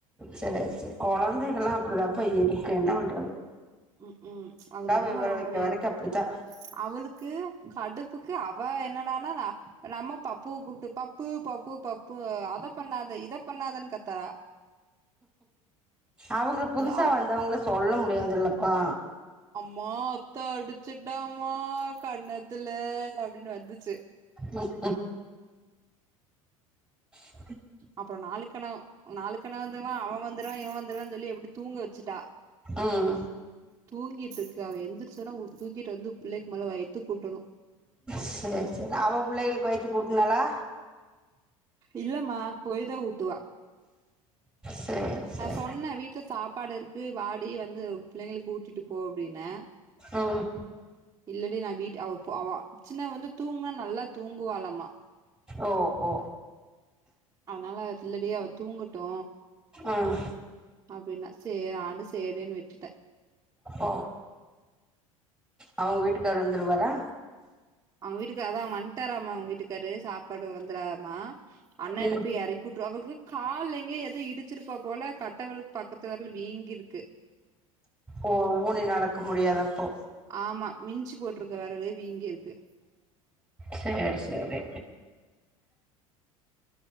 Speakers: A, in the centre; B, on the right (about 20°).
A: சேரி செரி கொழந்தைகள்லா அப்டிதாப்பா இருக்கு என்ன பண்
B: உஹ்உம் அது ஒண்ணு
A: விவர
B: பண்ண
A: வைக்க
B: முடியாது
A: வரைக்கு அப்டித்தா
B: அவுளுக்கு கடுப்புக்கு அவ என்னடானா நம்ம பப்பு கூப்பிட்டு பப்பு பப்பு பப்பு அத பண்ணாத இ இத பண்ணாதன்னு கத்தரா
A: அவுங்கள புதுசா
B: அ
A: வந்தவுங்கள சொல்ல முடியாதுல்லப்பா
B: மா அத்த அடிச்சுட்டமா கன்னத்துல அப்டினு வந்துச்சு
A: ம் ம்
B: அப்பறோ நாலுக்கன நாலுக்கனவு வந்துமா அவே வந்துருவா இவ வந்துருவானு சொல்லி எப்டி தூங்க வச்சுட்டா
A: ம்
B: தூங்கிட்டு இருக்கு அவ எந்திரச்சோனவு தூக்கிட்டு வந்து பிள்ளைக்கு மொல வயித்துக் ஊட்டணு
A: செரி செரி அவ பிள்ளைகளுக்கு வயித்துக் ஊட்டுனாளா
B: இல்லம்மா போய்தா ஊட்டுவா
A: சரி
B: நா
A: சரி
B: சொன்னே வீட் வீட்ல சாப்பாடு இருக்கு வாடி வந்து பிள்ளைங்களுக்கு ஊட்டிட்டு போ அப்டினே
A: உம்
B: இல்லடி நா வீட்டு அவப்போ அவா சின்னவ வந்து தூங்குனா நல்லா தூங்குவாளாமா
A: ஓ ஓ
B: அதனால இல்லடி அவ தூங்கட்டு
A: உம்
B: அப்டினா சே நானு சேரேனு விட்டுட்டே
A: ஓ அவுங்க வீட்டுக்காரு வந்துருவாரா
B: அவுங்க வீட்டுக்கா அதா வந்ட்டாராமா அவுங்க வீட்டுக்காரு சாப்படு வந்துராரமா அண்ணா
A: ம்
B: என்ன போய் எறக்கிவுட்றுவாபு அவர்க்கு கால்ல எங்கயே எதோ இடிச் ச்சிருப்பா போல கட்டவெளுக்கு பக்கத்து வெரலு வீங்கிருக்கு
A: ஓ ஊனி நடக்க முடியாது அப்போ
B: ஆமா மிஞ்சு போட்டிருக்க வெரலு வீங்கீருக்கு
A: செரி செரி